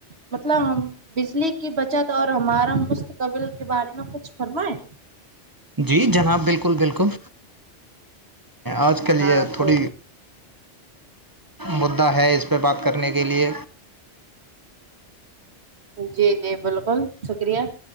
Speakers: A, on the right; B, on the right.
A: مطلب ہم بجلی کی بچت اور ہمارا مستقبل کے بارے میں کچھ فرمائے
B: جی جناب بالکل بالکل آج آ کے لیے
A: ہاں
B: تھوڑی
A: تو
B: مدعا ہے اس پہ بات کرنے کے لیے
A: جی جی بالکل شکریہ